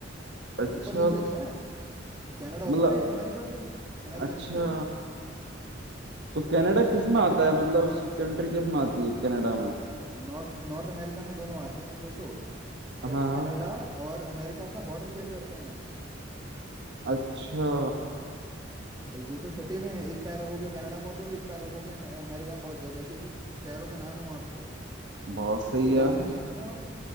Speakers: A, on the right; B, on the right.
A: अच्छा
B: ऊपर नीचे तो है कनाडा
A: मतलब
B: ऊपर है अमेरिका के अमेरिका
A: अच्छा
B: नीचे है
A: तो कनाडा
B: हाँ
A: किस में आता है मतलब उसकी कंट्री किस में आती है कनाडा में
B: नॉर्थ नॉर्थ अमेरिका में दोनों आते हैं सोचो कै-
A: हाँ
B: कनाडा और अमेरिका अपना बॉर्डर शेयर करते हैं
A: अच्छा
B: एक दूसरे से सटे हुए हैं एक पैर रखोगे कनाडा पहुंच जाओगे एक पैर रखोगे अमे- अमेरिका में पहुंच जाओगे ऐसी ऐसी शहरों के नाम है वहां पे
A: बहुत सही
B: कोई
A: यार
B: लाइन भी नहीं होती ना वहां पे